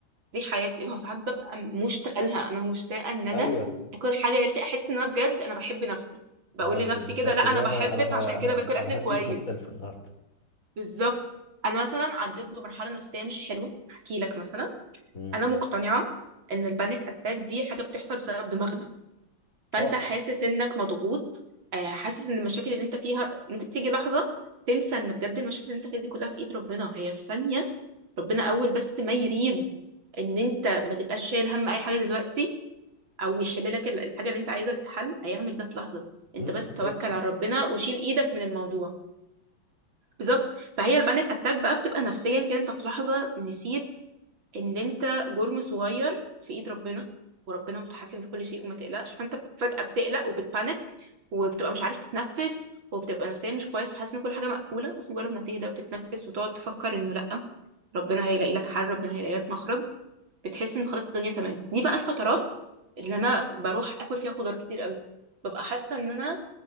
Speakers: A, on the right (about 70°); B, on the left (about 40°).
A: دي حياتي ما هو ساعات ببقى مشتاقه لها انا مشتاقه ان انا
B: ايوه
A: اكل حاجه نفسي احس ان انا بجد انا بحب نفسي بقول
B: ايوه
A: لنفسي
B: بالظبط
A: كده لا انا
B: اللي هو
A: بحبك
B: انا انا ه...
A: عشان كده
B: ه...
A: باكل اكل
B: انا
A: كويس
B: هتريت ماي سيلف النهارده
A: بالظبط انا مثلا عديت بمرحله نفسيه مش حلوه احكي لك مثلا
B: مم.
A: انا مقتنعه ان البانيك اتاك دي حاجه بتحصل بسبب دماغنا فانت
B: اه
A: حاسس انك مضغوط آه، حاسس ان المشاكل اللي انت فيها ممكن تيجي لحظة تنسى ان بجد المشاكل اللي انت فيها دي كلها في ايد ربنا هي في ثانية ربنا اول بس ما يريد ان انت ما تبقاش شايل هم اي حاجة دلوقتي او يحل لك ال- الحاجة اللي انت عايزها تتحل هيعمل ده في لحظة انت
B: امم
A: بس
B: اساس
A: توكل على ربنا وشيل ايدك من الموضوع بالظبط فهي البانيك اتاك بقى بتبقى نفسيا كده انت في لحظة نسيت ان انت جرم صغير في ايد ربنا وربنا متحكم في كل شيء وما تقلقش فانت فجأة بتقلق وبتبانك وبتبقى مش عارف تتنفس وبتبقى نفسيا مش كويس وحاسس ان كل حاجة مقفولة بس مجرد ما تهدى وتتنفس وتقعد تفكر انه لا ربنا هيلاقي لك حل ربنا هيلاقي لك مخرج بتحس ان خلاص الدنيا تمام دي بقى الفترات اللي انا بروح اكل فيها خضار كتير قوي ببقى حاسة ان انا